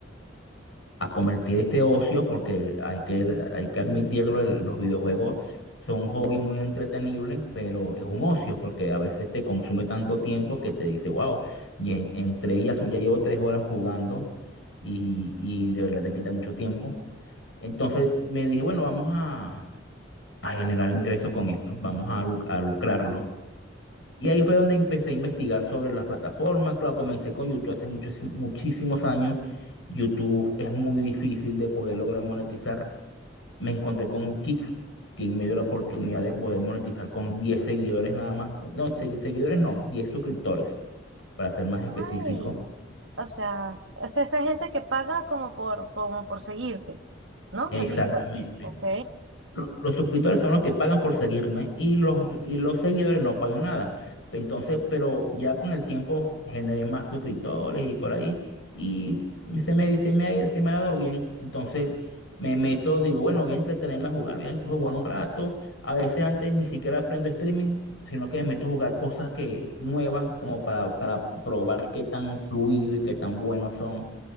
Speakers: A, on the left (about 80°); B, on the right (about 75°).
A: a convertir este ocio, porque hay que, hay que admitirlo, el- los videojuegos son un hobby muy entretenible, pero es un ocio, porque a veces te consume tanto tiempo que te dice, wow, y en- entre ellas son- ya llevo tres horas jugando y, y de verdad te quita mucho tiempo. Entonces me dije, bueno, vamos a, a generar ingresos con esto, vamos a, lu- a lucrarlo. Y ahí fue donde empecé a investigar sobre las plataformas. Claro, comencé con YouTube hace muchos, muchísimos años. YouTube es muy difícil de poder lograr monetizar. Me encontré con Kick, que me dio la oportunidad de poder monetizar con 10 seguidores nada más. Con- No, segui- seguidores no, 10 suscriptores, para ser más específico.
B: Ay, o sea, o sea, esa gente que paga como por, como por seguirte, ¿no?
A: Exactamente.
B: Así, bueno, ok.
A: Lo- Los, suscriptores son los que pagan por seguirme y los, y los seguidores no pagan nada. Entonces, pero ya con el tiempo generé más suscriptores y por ahí. Y se me, se me, ha- se me ha dado bien. Entonces me meto, digo, bueno, voy a entretenerme a jugar, voy a jugar un rato. A veces antes ni siquiera aprendo streaming, sino que me meto a jugar cosas que, nuevas, como para, para probar qué tan fluido y qué tan buenos son.